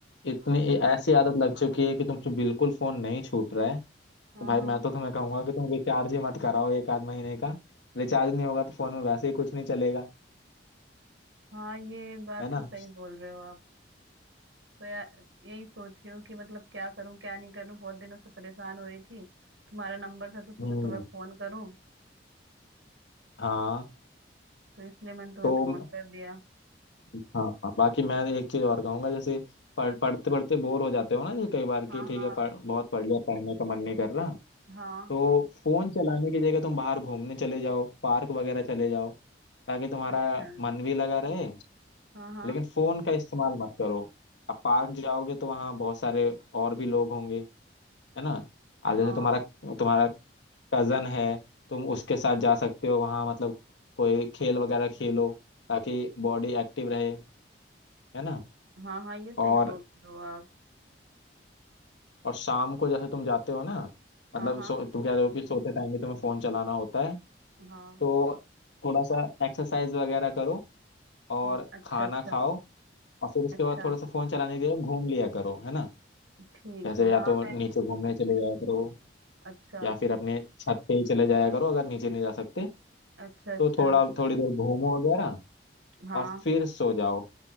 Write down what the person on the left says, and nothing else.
इतनी ऐसी आदत लग चुकी है कि तुमसे बिल्कुल फोन नहीं छूट रहा है तो
भाई
मैं तो तुम्हें कहूंगा कि तुम रिचार्ज ही मत कराओ एक आध महीने का रिचार्ज नहीं होगा तो फोन में वैसे ही कुछ नहीं चलेगा
है ना
हम्म
हाँ
तो
म-
हाँ हाँ, बाकी मैं एक चीज और कहूंगा जैसे पढ़ पढ़ते पढ़ते बोर हो जाते हो ना जैसे कई बार कि
ठीक
है पढ़, बहुत पढ़ लिया पढ़ने का मन नहीं कर रहा
तो फोन चलाने की जगह तुम बाहर घूमने चले जाओ पार्क वगैरह चले जाओ ताकि तुम्हारा
मन भी लगा रहे
लेकिन फोन का इस्तेमाल मत करो अब पार्क जाओगे तो वहाँ बहुत सारे और भी लोग होंगे है ना अब जैसे
तुम्हारा तुम्हारा कजन है तुम उसके साथ जा सकते हो वहाँ मतलब कोई खेल वगैरह खेलो ताकि बॉडी एक्टिव रहे है ना
और
और शाम को जैसे तुम जाते हो ना
मतलब
सो, तुम कह रहे हो कि सोते टाइम भी तुम्हें फोन चलाना होता है
तो थोड़ा सा एक्सरसाइज वगैरह करो और
खाना
खाओ और फिर उसके
बाद थोड़ा सा फोन चलाने के लिए घूम लिया करो है ना
जैसे
या
तो
नीचे घूमने चले जाया करो
या फिर अपने छत पे ही चले जाया करो अगर नीचे नहीं जा सकते
तो थोड़ा थोड़ी देर घूमो वगैरह
और फिर सो जाओ